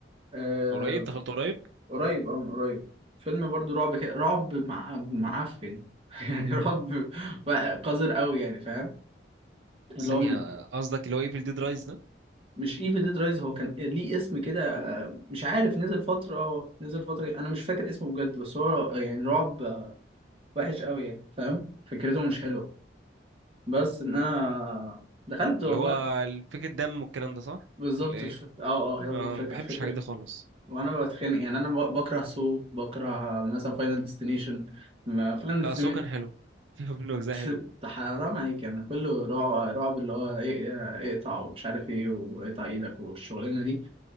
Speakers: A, on the right; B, on the right.
A: آه...
B: قريب دخلت قريب
A: قريب اه من قريب فيلم برضو رعب كده رعب مع... معفن <laughs> يعني رعب بقى قذر قوي يعني فاهم اللي
B: ثانية
A: هو من...
B: قصدك اللي هو ايفل ديد رايز ده
A: مش ايفل ديد رايز هو كان ليه اسم كده آه، مش عارف نزل فترة اه نزل فترة انا مش فاكر اسمه بجد بس هو يعني رعب آه، وحش قوي يعني فاهم فكرته مش حلوة بس ان انا دخلت والله
B: اللي هو فكرة دم والكلام ده صح
A: بالظبط
B: ولا ايه؟
A: مش فاكر. اه
B: اه
A: اه هو فاكر
B: ما بحبش
A: فاكر
B: الحاجات دي خالص
A: وانا بتخانق يعني انا ب- بكره سو بكره مثلا فاينل ديستنيشن ما فاينل
B: لا
A: ديستنيشن
B: بس هو كان حلو <laughs> في منه أجزاء حلوة
A: <laughs> حرام عليك يعني كله رعب رعب اللي هو ايه إيه، اقطع ومش عارف ايه واقطع ايدك والشغلانه دي